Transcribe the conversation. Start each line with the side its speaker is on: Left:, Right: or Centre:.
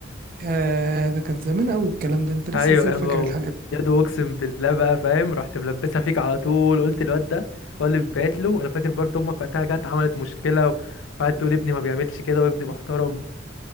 Right: آه ده كان زمان قوي الكلام ده انت لسه
Left: ايوه
Right: ازاي
Left: يا
Right: فاكر
Left: بابا
Right: الحاجات
Left: يا دو اقسم بالله بقى فاهم رحت ملبسها فيك على طول قلت الواد ده هو اللي بعت له انا فاكر برضه امك وقتها جت عملت مشكله و- وقعدت تقول ابني ما بيعملش كده وابني محترم